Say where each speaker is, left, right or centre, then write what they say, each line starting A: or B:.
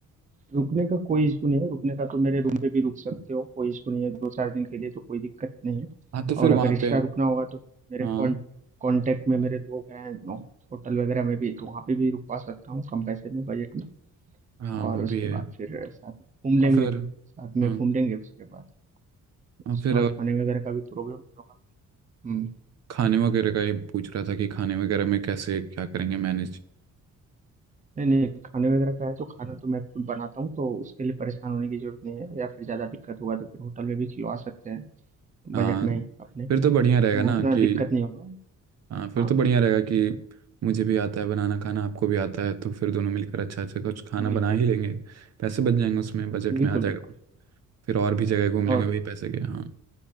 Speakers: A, on the right; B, on the right.
A: रुकने का कोई इश्यू नहीं है, रुकने का तो मेरे रूम पे भी रुक सकते हो, कोई इश्यू नहीं है, 2-4 दिन के लिए तो कोई दिक्कत नहीं है
B: हाँ तो फिर
A: और अगर
B: वहाँ
A: एक्स्ट्रा
B: पे
A: रुकना होगा तो मेरे
B: हाँ
A: कॉन कॉन्टैक्ट में मेरे लोग हैं नो होटल वगैरह में भी, तो वहाँ पे भी रुकवा सकता हूँ कम पैसे में, बजट में
B: हाँ
A: और
B: वो
A: उसके
B: भी है
A: बाद फिर साथ में घूम लेंगे
B: और फिर
A: साथ में
B: हाँ
A: घूम लेंगे उसके बाद
B: और
A: उसके
B: फिर
A: बाद
B: और
A: खाने वगैरह का भी प्रॉब्लम नहीं होगा। हुँ।
B: खाने वगैरह का ही पूछ रहा था कि खाने वगैरह में कैसे क्या करेंगे मैनेज
A: नहीं नहीं खाने वगैरह का है तो खाना तो मैं खुद बनाता हूँ तो उसके लिए परेशान होने की जरूरत नहीं है या फिर ज़्यादा दिक्कत होगा तो फिर होटल में भी खिलवा सकते हैं
B: हाँ
A: बजट में ही अपने
B: फिर तो बढ़िया
A: तो
B: रहेगा ना
A: उतना
B: कि
A: दिक्कत नहीं होगा
B: हाँ फिर
A: हाँ
B: तो बढ़िया रहेगा कि मुझे भी आता है बनाना खाना आपको भी आता है तो फिर दोनों मिलकर अच्छा अच्छा कुछ खाना
A: बिल्कुल
B: बना ही लेंगे पैसे बच जाएंगे उसमें बजट
A: बिल्कुल
B: में आ जाएगा
A: बिल्कुल
B: फिर और भी जगह घूम लेंगे
A: और
B: वही
A: क्या
B: पैसे के हाँ